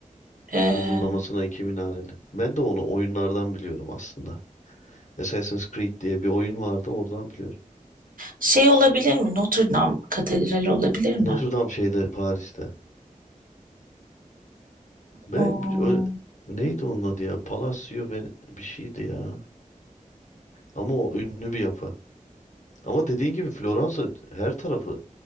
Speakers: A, on the right; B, on the left.
A: Ee,
B: uzunlamasına iki minareli. Ben de onu oyunlardan biliyorum aslında. Assassin's Creed diye bir oyun vardı oradan biliyorum.
A: şey olabilir mi? Notre Dame Katedrali olabilir mi?
B: Notre Dame şeyde Paris'te. Ve
A: Hmm.
B: bir- ö- neydi onun adı ya? Palacio ve bir şeydi ya. Ama o ünlü bir yapı. Ama dediğin gibi Floransa her tarafı